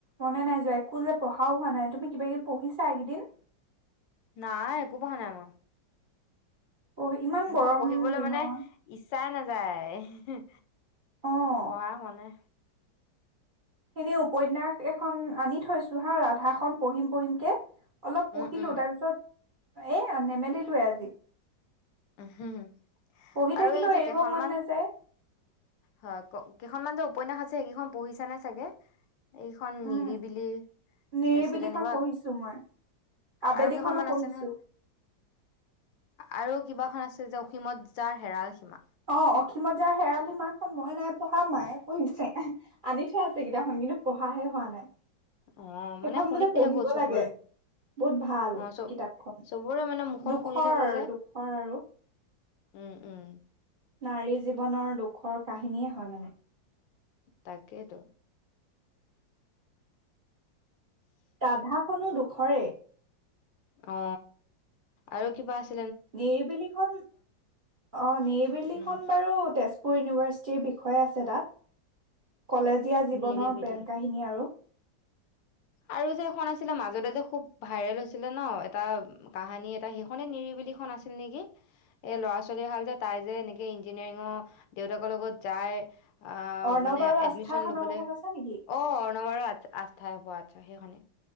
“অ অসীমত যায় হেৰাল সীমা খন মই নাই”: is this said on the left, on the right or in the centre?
Right